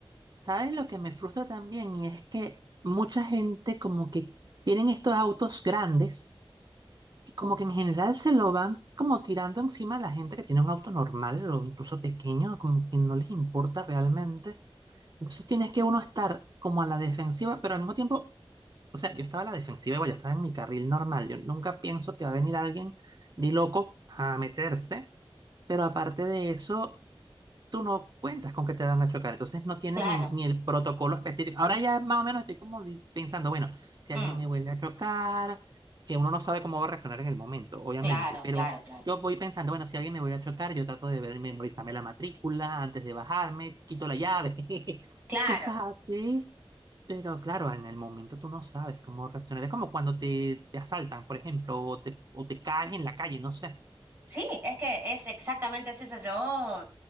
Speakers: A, on the right (about 45°); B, on the right (about 20°).
A: ¿Sabes lo que me frustra también? Y es que mucha gente como que tienen estos autos grandes y como que en general se lo van como tirando encima a la gente que tiene un auto normal o incluso pequeño, como que no les importa realmente. Entonces tienes que uno estar como a la defensiva, pero al mismo tiempo, o sea, yo estaba a la defensiva igual, yo estaba en mi carril normal. Yo nunca pienso que va a venir alguien de loco a meterse, pero aparte de eso, tú no cuentas con que te van a chocar, entonces no tienes
B: Claro.
A: ni, ni el protocolo específico. Ahora ya más o menos estoy como di- pensando, bueno, si
B: Mm,
A: alguien me vuelve a chocar, que uno no sabe cómo va a reaccionar en el momento, obviamente,
B: claro,
A: pero
B: claro, claro.
A: yo voy pensando, bueno, si alguien me vuelve a chocar, yo trato de ver- memorizarme la matrícula antes de bajarme, quito la llave, <laughs>
B: Claro,
A: cosas así. Pero claro, en el momento tú no sabes cómo reaccionar. Es como cuando te, te asaltan, por ejemplo, o te, o te caes en la calle, no sé. <laughs>
B: sí, es que es exactamente así. eso. yo